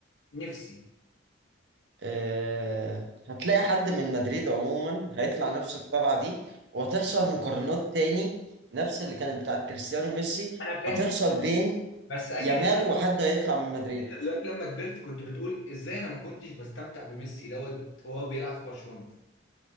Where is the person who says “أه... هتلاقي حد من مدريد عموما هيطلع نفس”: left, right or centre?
Right